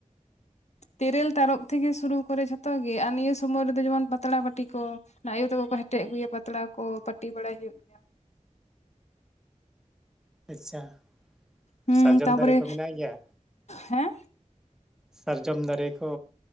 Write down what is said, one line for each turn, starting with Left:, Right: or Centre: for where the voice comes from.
Left: ᱛᱮᱨᱮᱞ, ᱛᱟᱨᱚᱯ ᱛᱷᱮᱠᱮ ᱥᱩᱨᱩ ᱠᱚᱨᱮ ᱡᱷᱚᱛᱚ ᱜᱮ, ᱟᱨ ᱱᱤᱭᱟᱹ ᱥᱚᱢᱚᱭ ᱨᱮᱫᱚ ᱡᱮᱢᱚᱱ ᱯᱟᱛᱲᱟ ᱯᱟᱹᱴᱤ ᱠᱚ ᱚᱱᱟ ᱟᱭᱩ ᱛᱟᱠᱚ ᱠᱚ ᱦᱮᱴᱮᱡ ᱟᱹᱜᱩᱭᱟ, ᱯᱟᱛᱲᱟ ᱠᱚ ᱯᱟᱹᱴᱤ ᱵᱟᱲᱟᱭ ᱦᱩᱭᱩᱜ ᱜᱮᱭᱟ
Centre: ᱟᱪᱪᱷᱟ ᱾
Left: ᱦᱩᱸ
Centre: ᱥᱟᱨᱡᱚᱢ
Left: ᱛᱟᱯᱚᱨᱮ
Centre: ᱫᱟᱨᱮ ᱠᱚ ᱢᱮᱱᱟᱜ ᱜᱮᱭᱟ?
Left: ᱦᱮᱸ
Centre: ᱥᱟᱨᱡᱚᱢ ᱫᱟᱨᱮ ᱠᱚ